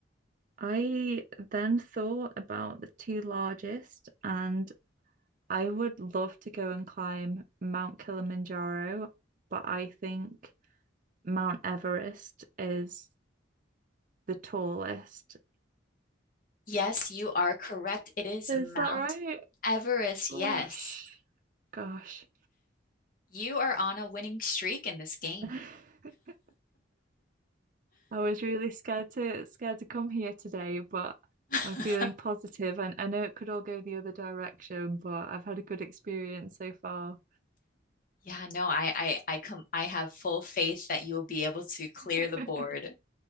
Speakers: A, on the right; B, on the left.
A: I then thought about the two largest, and I would love to go and climb Mount Kilimanjaro, but I think Mount Everest is the tallest.
B: yes, you are correct. It is
A: Is
B: Mount
A: that right?
B: Everest.
A: Oh,
B: Yes,
A: gosh.
B: you are on a winning streak in this game.
A: <laughs> I was really scared to scared to come here today, but
B: <laughs>
A: I'm feeling positive and I know it could all go the other direction, but I've had a good experience so far.
B: Yeah, no, I, I, I come, I have full faith that you'll be able to clear
A: <laughs>
B: the board.
A: I